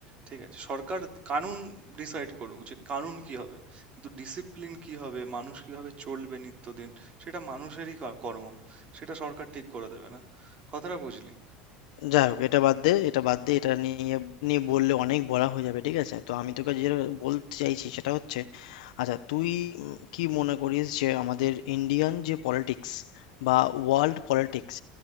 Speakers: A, on the right; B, on the left.
A: ঠিক আছে সরকার কানুন ডিসাইড করুক যে কানুন কি হবে কিন্তু ডিসিপ্লিন কি হবে মানুষ কিভাবে চলবে নিত্যদিন সেটা মানুষেরই কা- কর্ম সেটা সরকার ঠিক করে দেবে না কথাটা বুঝলি
B: যাই হোক এটা বাদ দে এটা বাদ দে এটা নিয়ে নিয়ে বললে অনেক বলা হয়ে যাবে ঠিক আছে তো আমি তোকে যেটা বলতে চাইছি সেটা হচ্ছে আচ্ছা তুই উম, কি মনে করিস যে আমাদের ইন্ডিয়ান যে পলিটিক্স বা ওয়ার্ল্ড পলিটিক্স